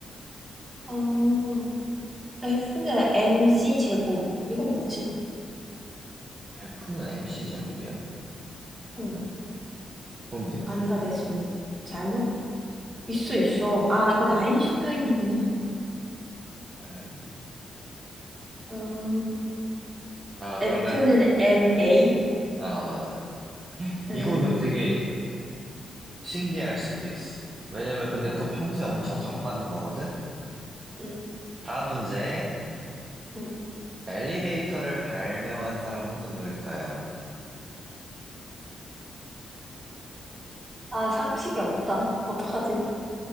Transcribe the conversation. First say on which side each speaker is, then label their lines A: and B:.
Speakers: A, on the right; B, on the right.
A: 어, F는 MC 제곱. 이건 뭐지?
B: F는 MC 제곱이요?
A: 응.
B: 그런 게 있나?
A: 아닌가? 내가 지금 잘못? 있어, 있어. 아, 이건 아인슈타인이구나.
B: 에?
A: 음,
B: 아,
A: F는
B: 그러면,
A: MA?
B: 아, 맞아.
A: 음,
B: 이거는 되게 신기할 수도 있어. 왜냐면 근데
A: 뭐.
B: 또 평소에 엄청 접하는 거거든?
A: 음,
B: 다음 문제.
A: 음.
B: 엘리베이터를 발명한 사람은 누구일까요?
A: 아, 상식이 없다. 어떡하지?